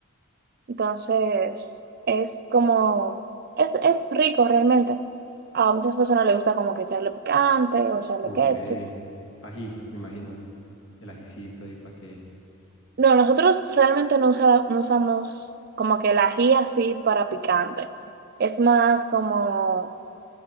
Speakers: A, on the right; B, on the left.
A: Entonces, es como, es, es rico realmente. A muchas personas les gusta como que echarle picante o echarle
B: Ok.
A: ketchup.
B: Ají, me imagino. El ajicito ahí para que...
A: No, nosotros realmente no, usa- no usamos como que el ají así para picante. Es más como,